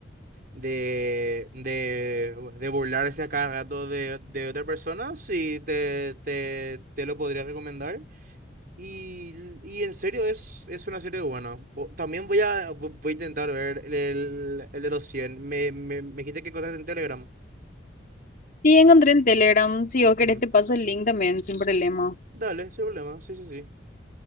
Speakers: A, on the right (about 55°); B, on the left (about 50°).
A: de, de, de burlarse a cada rato de, de otra persona, sí, te, te, te lo podría recomendar. Y, y en serio, es, es una serie buena. Vo- También voy a, vo- voy a intentar ver el, el de los cien Me, me, me dijiste que encontraste en Telegram.
B: Sí, encontré en Telegram. Si vos querés
A: Mm.
B: te paso el link también, sin problema.
A: Dale, sin problema. Sí, sí, sí.